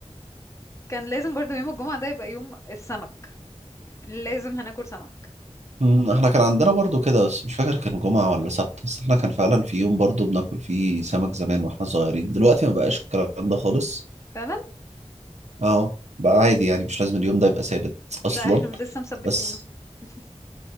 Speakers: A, on the left (about 25°); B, on the right (about 70°).
A: كان لازم برضو يوم الجمعة ده يبقى يوم السمك لازم هناكل سمك
B: مم. احنا كان عندنا برضو كده بس مش فاكر كان جمعة ولا سبت بس احنا كان فعلا في يوم برضو بناكل فيه سمك زمان واحنا صغيرين دلوقتي ما بقاش الكلام ده خالص
A: فعلا
B: اه بقى عادي يعني مش لازم اليوم ده يبقى ثابت اصلا
A: لا احنا لسه مثبتينه
B: بس
A: <laughs>